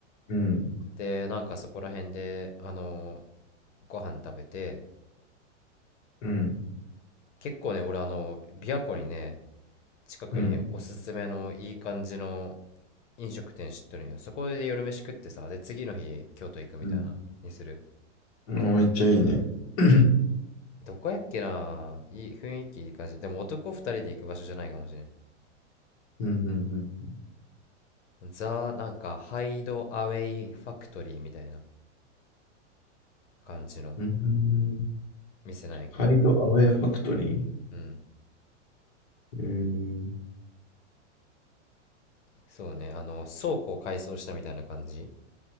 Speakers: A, on the left; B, on the left.
A: うん。
B: でなんかそこら辺であのーご飯食べて
A: うん。
B: 結構ね俺あの琵琶湖にね近くにおすすめのいい感じの
A: うん。
B: 飲食店知ってるんよそこで夜飯食ってさで次の日京都行くみたいなにする
A: うん。うんめっちゃいいね。<clears throat>
B: どこやっけないい雰囲気いい感じでも男2人で行く場所じゃないかもしれん
A: うん。うん。
B: ザなんかハイドアウェイファクトリーみたいな感じの
A: うん。うん
B: 店なんやけど
A: ハイドアウェイファクトリー。
B: うん
A: えー、
B: そうねあの倉庫を改装したみたいな感じ